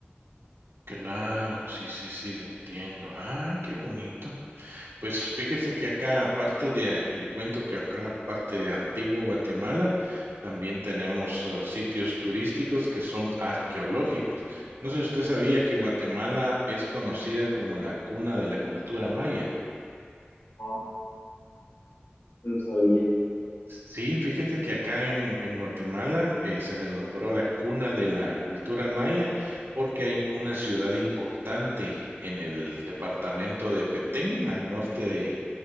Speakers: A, on the right; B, on the left.
A: Claro, sí, sí, sí, le entiendo. Ah, qué bonito. Pues fíjese que acá, aparte de, le cuento que acá, aparte de Antigua Guatemala, también tenemos eh, sitios turísticos que son arqueológicos. No sé si usted sabía que Guatemala es conocida como la cuna de la cultura maya.
B: No, no sabía.
A: Sí, fíjese que acá en, en Guatemala eh, se le nombró la cuna de la cultura maya porque hay una ciudad importante en el departamento de Petén, al norte de,